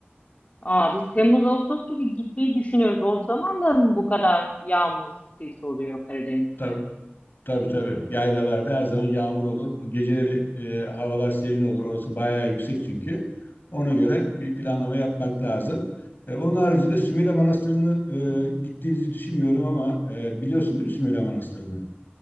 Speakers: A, on the left; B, on the left.
A: Aa, biz Temmuz Ağustos gibi gitmeyi düşünüyoruz. O zaman da mı bu kadar yağmur sesi oluyor Karadeniz'de?
B: Tabii. Tabii tabii. Yaylalarda her zaman yağmur olur. Geceleri e, havalar serin olur. Orası bayağı yüksek çünkü. Ona göre bir planlama yapmak lazım. E, onun haricinde Sümele Manastırı'nı e, gittiğinizi düşünmüyorum ama e, biliyorsun değil mi Sümele Manastırı'nı?